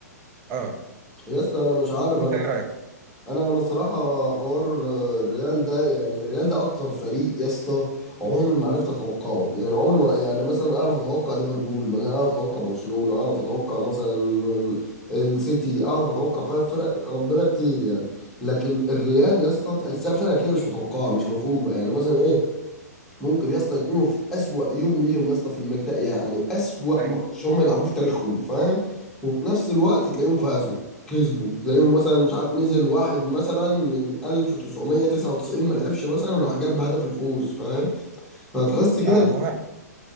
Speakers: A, on the right; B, in the centre.
A: أه
B: يا اسطى انا مش عارف انا
A: أنت إيه رأيك؟
B: انا انا الصراحه حوار آه، الريال ده يعني الريال ده اكتر فريق يا اسطى عمري ما عرفت اتوقعه يعني عمري ما يعني مثلا اعرف اتوقع ليفربول مثلا اعرف اتوقع برشلونه اعرف اتوقع مثلا آم، السيتي اعرف اتوقع فيها فرق ربنا كتير يعني لكن الريال يا اسطى تحسها فرقه كده مش متوقعه مش مفهومه يعني مثلا ايه ممكن يا اسطى يكونوا في اسوأ يوم ليهم يا اسطى في المرتاح يعني اسوأ
A: ايوه
B: ماتش هم يلعبوه في تاريخهم فاهم وفي نفس الوقت تلاقيهم فازوا كسبوا تلاقيهم مثلا مش عارف نزل واحد مثلا من 1999 ما لعبش مثلا وراح جاب هدف الفوز فاهم فتحس كده
A: اه
B: ال-
A: ما هو